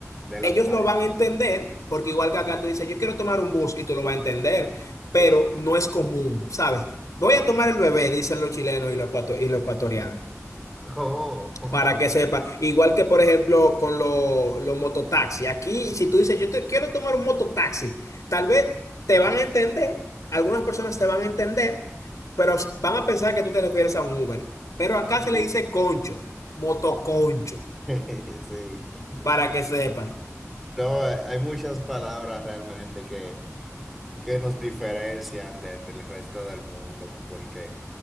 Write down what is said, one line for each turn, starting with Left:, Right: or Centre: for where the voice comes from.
Centre: de
Left: ellos
Centre: los países.
Left: lo van a entender, porque igual que acá tú dices, yo quiero tomar un bus y tú lo vas a entender, pero
Centre: Sí.
Left: no es común, ¿sabes? Voy a tomar el bebé, dicen los chilenos y los, ecuato- y los ecuatorianos,
Centre: Oh,
Left: para que sepa. Igual que, por ejemplo, con lo- los mototaxis. Aquí, si tú dices, yo te quiero tomar un mototaxi, tal vez te van a entender, algunas personas te van a entender, pero van a pensar que tú te refieres a un Uber. Pero acá
Centre: <laughs> sí.
Left: se le dice concho, motoconcho,
Centre: <laughs> Sí.
Left: para que sepas.
Centre: No, eh, hay muchas palabras realmente que, que nos diferencian de- del resto del mundo, porque